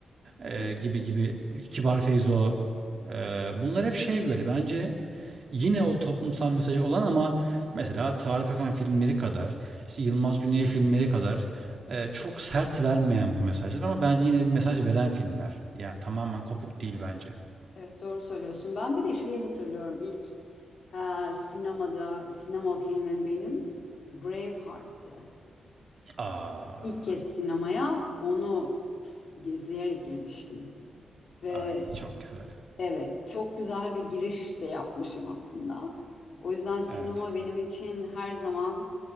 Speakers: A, on the right; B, on the left.
A: e,
B: Evet,
A: gibi gibi Kibar Feyzo. e, bunlar hep şey böyle bence yine o toplumsal mesajı olan ama mesela Tarık Akan filmleri kadar, işte Yılmaz Güney filmleri kadar e, çok sert vermeyen bu mesajlar ama bence yine bir mesaj veren filmler. Yani tamamen kopuk değil bence.
B: evet, doğru söylüyorsun. Ben bir de şeyi hatırlıyorum. İlk e, sinemada sinema filmim benim Braveheart'tı.
A: Aa,
B: İlk kez sinemaya onu s- izleyerek girmiştim. Ve
A: ay çok güzel.
B: evet çok güzel bir giriş de yapmışım aslında. O yüzden sinema
A: Evet.
B: benim için her zaman